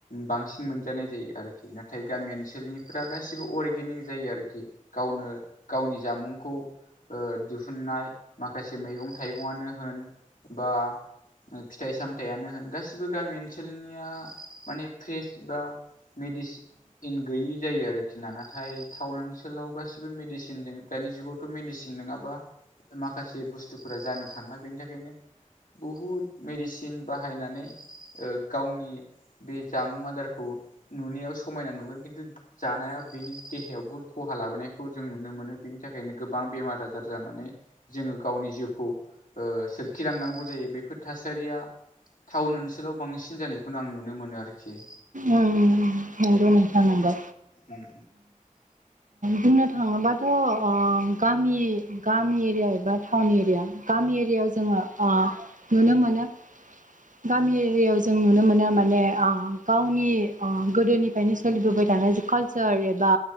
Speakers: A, on the left; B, on the right.
A: बांसिन मोनजानाय जायो आरोखि नाथाय गामि ओनसोलनिफोरा गासिबो अरगेनिक जायो आरोखि। गावनो गावनि जामुंखौ दिहुननाय माखासे मैगं थाइगङानो होन बा फिथाइ सामथाइयानो होन। गासिबो गामि ओनसोलनिया माने फ्रेस बा मेडिसिन गैयि जायो आरोखि ना। नाथाय टाउन ओनसोलाव गासिबो मेडिसिनजों दानि जुगाव मेडिसिन नङाबा माखासे बुस्थुफोरा जानो थांला। बेनि थाखायनो बुहुद मेडिसिन बाहायनानै गावनि बे जामुं आदारखौ नुनायाव समायना नुगोन खिन्थु जानायाव बिनि देहायावबो खहा लाबोनायखौ जों नुनो मोनो बेनि थाखायनो गोबां गोबां बेमार आजार जानानै जोङो गावनि जिउखौ ओ सोरखिलांनांगौ जायो बेफोर थासारिया टाउन ओनसोलाव बांसिन जानायखौनो आं नुनो मोनो आरोखि
B: उम नंगौ नोंथां नंगौ
A: उम
B: बुंनो थाङोबाथ'ओं गामि गामि एरिया एबा टाउन एरिया गामि एरियाआव जोङो ओ नुनो मोनो गामि एरियाआव जों नुनो मोनो माने ओ गाव आंनि ओ गोदोनिफ्रायनो सोलिबोबाय थानाय जा कालसार एबा